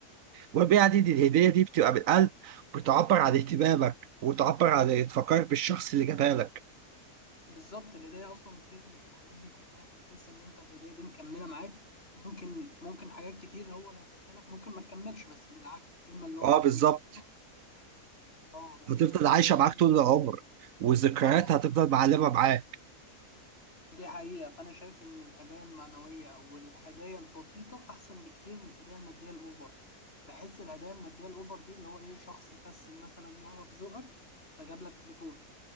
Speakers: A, on the right (about 65°); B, on the left (about 40°).
A: المهم يعني إن <clears throat> الهدية دي بتبقى من قلب بتعبر عن اهتمامك وتعبر عن تفكرك بالشخص اللي جابها لك
B: بالظبط الهدايا اصلا بتفرق في الحاجات دي كلها بتحس ان انت الهدايا دي مكمله معاك ممكن ممكن حاجات كتير هو لو جابها لك ممكن ما تكملش بس من العكس الكلمه اللي هو
A: اه
B: ممكن
A: بالظبط
B: يكتبها لك اه بحسها
A: هتفضل
B: هي
A: عايشه
B: اللي بتكمل
A: معاك طول العمر والذكريات
B: اه
A: هتفضل معلمه معاك
B: دي حقيقة فأنا شايف إن الهدايا المعنوية أو الهدايا البسيطة أحسن بكتير من الهدايا المادية الأوفر بحس الهدايا المادية الأوفر دي اللي هو إيه شخص كسل مثلا يعرف ذوقك فجاب لك تليفون